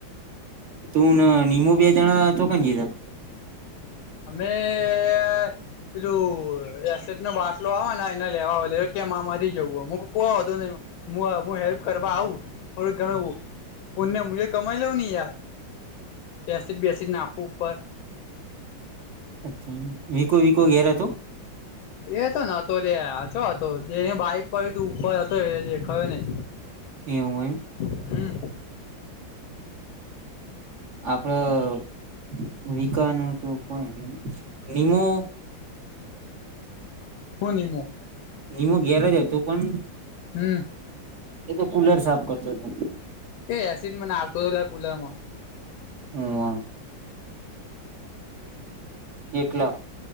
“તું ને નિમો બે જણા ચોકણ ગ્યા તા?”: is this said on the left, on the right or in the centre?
Right